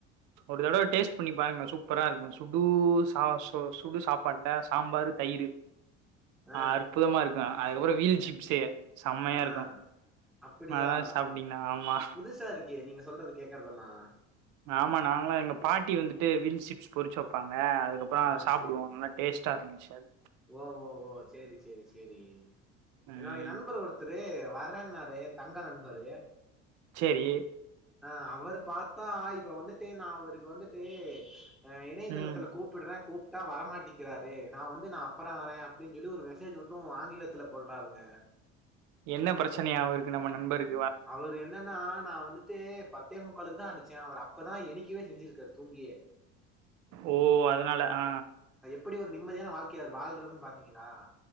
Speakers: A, on the right (about 60°); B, in the centre.
A: ஒரு தடவ டேஸ்ட் பண்ணி பாருங்க சூப் பரா இருக்கு சுடு சா சு சுடு சாப்பாட்ல சாம்பாரு தயிரு
B: ஆ
A: அற்புதமா இருக்கு அதுக்கபுற வீல் சிப்ஸு செம்மையா
B: ஆ
A: இருக்கு
B: அப்படியா
A: அதெல்லா சாப்ட்டீங்கன்னா
B: என்ன
A: ஆமா
B: புதுசா இருக்கே நீங்க சொல்றது கேக்கறதெல்லாம்
A: ஆமா நாங்களாம் எங்க பாட்டி வந்துட்டு வீல் சிப்ஸ் பொரிச்சு வைப்பாங்க அ அதுக்கப்புறம்
B: ஆ
A: சாப்பிடுவோம்
B: சேரி
A: நல்ல டேஸ்ட்டா இருந்துச்சு அது
B: ஓ ஓ ஓ செரி செரி செரி
A: ம்
B: என்னுடைய நண்பர் ஒருத்தரு வர்றேன்னாரு தங்க நண்பரு
A: சேரி
B: அ அவரு பார்த்தா இப்ப வந்துட்டு நான் அவருக்கு வந்துட்டு ஆ இணைய தளத்துல
A: ம்
B: கூப்பிடுறேன் கூப்ட்டா வரமாட்டி இருக்கிறாரு நான் வந்து நான் அப்புறம் வரேன் அப்படின்னு சொல்லி ஒரு மெசேஜ் மட்டும் ஆங்கிலத்துல போட்றாருங்க
A: என்ன பிரச்சனையா இருக்கு நம்ம நண்பருக்
B: அவரு என்னன்னா நான் வந் து பத்தே முக்காலுக்கு தான் அடிச்சேன் அவர் அப்பதான் ஏந்திக்கவேசெஞ்சிருக்காரு தூங்கியே
A: ஓ அதனால ஆ
B: அப்படி ஒரு நிம்மதியான வாழ்க்கைய அவர் வாழ்றாருன்னு பாத்தீங்களா